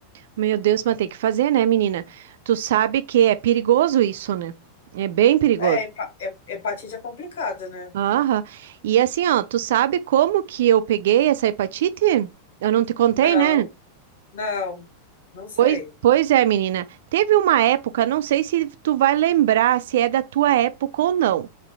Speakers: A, on the right; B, on the left.
A: Meu Deus, mas tem que fazer, né, menina? Tu sabe que é perigoso isso, né? É bem perigoso.
B: É, hepa- he- hepatite é complicado, né?
A: Aham. E assim, ó, tu sabe como que eu peguei essa hepatite? Eu não te contei,
B: Não,
A: né?
B: não, não sei.
A: Pois, pois é, menina. Teve uma época, não sei se tu vai lembrar se é da tua época ou não.